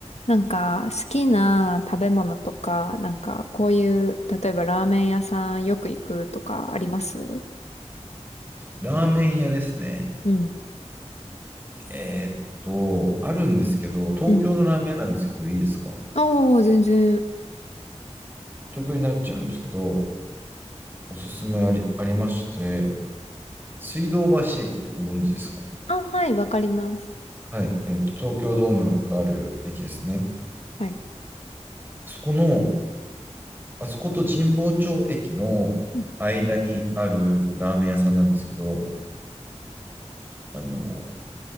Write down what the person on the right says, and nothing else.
ラーメン屋ですね。
えーっと、あるんですけど、東京のラーメン屋なんですけど、
いいですか
東京になっちゃうんですけど、おすすめあり、ありまして、水道橋駅ってご存知ですか
はい、えーっと、東京ドームがある駅ですね。
そこの、あそこと神保町駅の間にあるラーメン屋さんなんですけど、
あの、